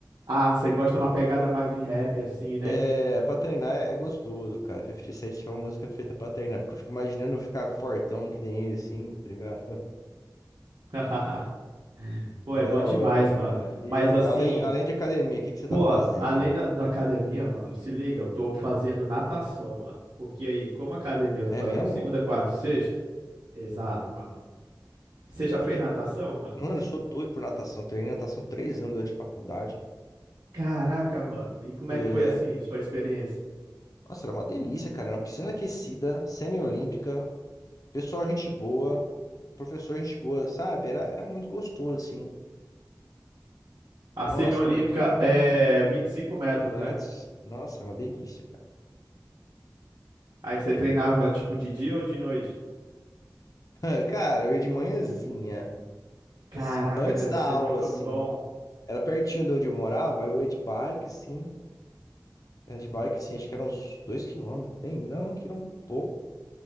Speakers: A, on the right; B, on the left.
A: Ah, você gosta de uma pegada mais de rap, assim, né?
B: É, pra treinar é gostoso, cara. Fifty Cent é uma música feita pra treinar, porque eu fico imaginando eu ficar fortão que nem ele, assim, tá ligado?
A: <laughs> Pô,
B: É
A: é
B: da
A: bom demais,
B: hora,
A: mano.
B: cara. E
A: Mas assim,
B: além, além de academia, o que que você tá
A: pô,
B: fazendo?
A: além da, da academia, mano, se liga, eu tô fazendo natação, mano. Porque aí, como academia eu tô
B: É
A: fazendo
B: mesmo?
A: segunda, quarta e sexta. Exato, mano. Você já fez natação, mano?
B: Mano, eu sou doido por natação. Treinei natação três anos durante a faculdade.
A: Caraca, mano. E como
B: É,
A: é que foi assim, sua experiência?
B: nossa, era uma delícia, cara. Era uma piscina aquecida, semi-olímpica, pessoal, gente boa, professor, gente boa, sabe? Era, era muito gostoso, assim.
A: A
B: Nossa,
A: semiolímpica
B: era muito bom,
A: é
B: cara.
A: vinte
B: vinte
A: e cinco
B: e
A: metros,
B: cinco metros.
A: né?
B: Nossa, era uma delícia, cara.
A: Aí você treinava tipo de dia ou de noite?
B: <laughs> Cara, eu ia de manhãzinha,
A: Caraca,
B: assim, antes
A: deve
B: da
A: ser
B: aula,
A: muito
B: assim.
A: bom.
B: Era pertinho de onde eu morava, eu ia de bike, assim. Era de bike, assim, acho que eram uns dois quilômetros. Tem, não, era um quilômetro e pouco.